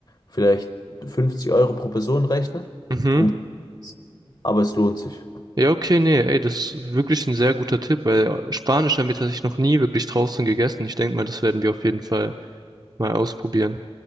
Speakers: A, on the left; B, on the right.
A: vielleicht 50 Euro pro Person rechnen.
B: mhm.
A: Um, aber es lohnt sich.
B: Ja, okay, nee, ey, das ist wirklich ein sehr guter Tipp, weil Spanisch haben wir tatsächlich noch nie wirklich draußen gegessen. Ich denke mal, das werden wir auf jeden Fall mal ausprobieren.